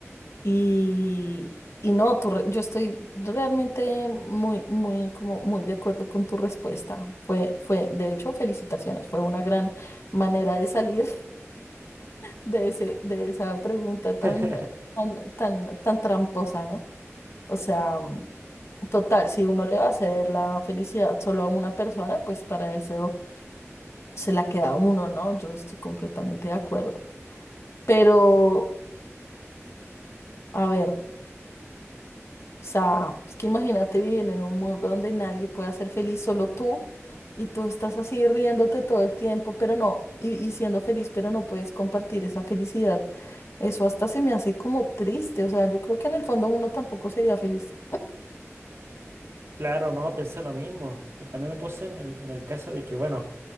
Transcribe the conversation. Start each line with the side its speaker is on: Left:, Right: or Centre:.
Left: y, y no, tu re- yo estoy realmente muy, muy, como muy de acuerdo con tu respuesta. Fue, fue, de hecho, felicitaciones, fue una gran manera de salir de ese, de esa pregunta tan,
Right: <laughs>
Left: tan, tan, tan tramposa, ¿no? O sea, mm, total, si uno le va a ceder la felicidad solo a una persona, pues para eso se la queda a uno, ¿no? Yo estoy completamente de acuerdo. Pero, a ver. O sea, es que imagínate vivir en un mundo donde nadie pueda ser feliz, solo tú, y tú estás así riéndote todo el tiempo, pero no, y, y siendo feliz, pero no puedes compartir esa felicidad. Eso hasta se me hace como triste, o sea, yo creo que en el fondo uno tampoco sería feliz.
Right: Claro, no, pensé lo mismo, pero también me puse en el, en el caso de que, bueno,